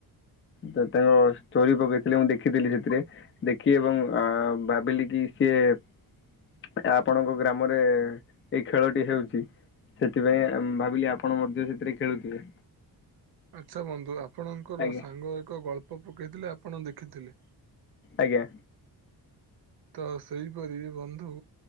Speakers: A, on the left; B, on the right.
A: ତ ତାଙ୍କ ଷ୍ଟୋରି ପକେଇ ଥିଲେ ମୁଁ ଦେଖିଥିଲି ସେଥିରେ ଦେଖି ଏବଂ ଅ ଭାବିଲି କି ସିଏ ଆପଣଙ୍କ ଗ୍ରାମରେ ଏଇ ଖେଳଟି ହେଉଛି। ସେଥିପାଇଁ ଭାବିଲି ଆପଣ ମଧ୍ୟ ସେଥିରେ ଖେଳୁଥିବେ।
B: ଆଚ୍ଛା ବନ୍ଧୁ ଆପଣଙ୍କର
A: ଆଜ୍ଞା
B: ସାଙ୍ଗ ଏକ ଗଳ୍ପ ପକେଇଥିଲେ ଆପଣ ଦେଖିଥିଲେ।
A: ଆଜ୍ଞା।
B: ତ ସେଇପରି ବନ୍ଧୁ।